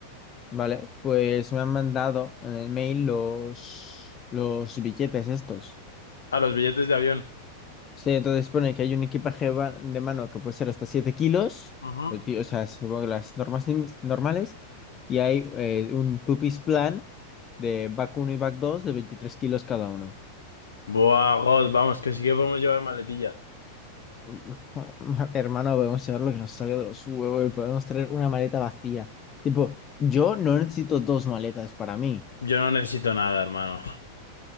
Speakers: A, on the left (about 25°); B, on the left (about 70°).
A: Vale, pues me han mandado en el mail los, los billetes estos.
B: a los billetes de avión.
A: Sí, entonces pone que hay un equipaje va- de mano que puede ser hasta 7 kilos,
B: Ujú.
A: o ti- o sea, supongo que las normas lim- normales, y hay eh, un two-piece plan de back 1 y back 2 de 23 kilos cada uno.
B: Buah, God, vamos, que sí que podemos llevar maletilla.
A: <laughs> Hermano, podemos llevar lo que nos salga de los huevos y podemos traer una maleta vacía. Tipo, yo no necesito dos maletas para mí.
B: Yo no necesito nada, hermano.